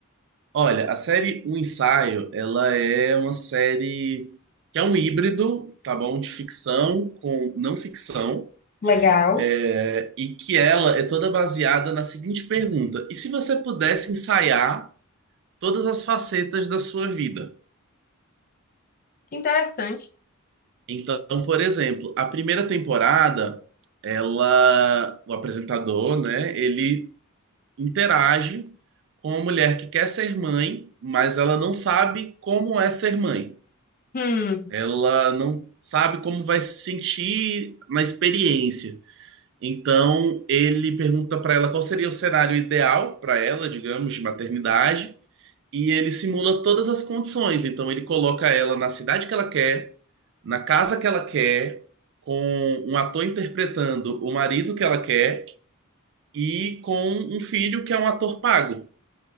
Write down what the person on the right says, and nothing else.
Olha, a série O Ensaio, ela é uma série que é um híbrido, tá bom? De ficção com não ficção,
é, e que ela é toda baseada na seguinte pergunta: e se você pudesse ensaiar todas as facetas da sua vida?
Então, por exemplo, a primeira temporada, ela, o apresentador, né, ele interage com uma mulher que quer ser mãe, mas ela não sabe como é ser mãe.
Ela não sabe como vai se sentir na experiência. Então, ele pergunta para ela qual seria o cenário ideal para ela, digamos, de maternidade, e ele simula todas as condições. Então, ele coloca ela na cidade que ela quer, na casa que ela quer, com um ator interpretando o marido que ela quer e com um filho que é um ator pago.